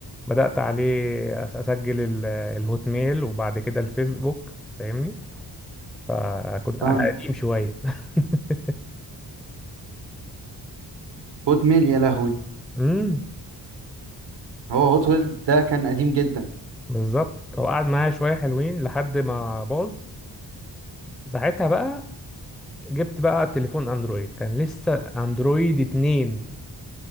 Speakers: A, in the centre; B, on the right.
A: بدات عليه أس- اسجل ال- الهوت ميل وبعد كده الفيسبوك فاهمني فكنت
B: فاهمك
A: انا قديم شويه <laughs>
B: هوت ميل يا لهوي
A: امم
B: هو هوت ميل ده كان قديم جدا
A: بالظبط هو قعد معايا شويه حلوين لحد ما باظ ساعتها بقى جبت بقى تليفون اندرويد كان لسه اندرويد اتنين